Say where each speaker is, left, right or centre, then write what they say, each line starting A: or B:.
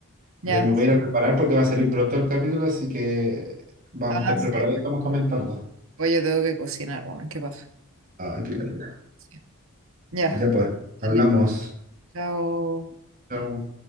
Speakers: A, on the right; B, on the right.
A: ya
B: ya.
A: me voy
B: sí.
A: a ir a preparar porque va a salir pronto el capítulo, así que vamos
B: Ah,
A: a estar
B: sí.
A: preparados y estamos comentando.
B: Oye, tengo que cocinar, weón, qué paja.
A: Ah, qué latera.
B: Sí. Ya,
A: Ya pues, hablamos.
B: dale. Chao.
A: Chao.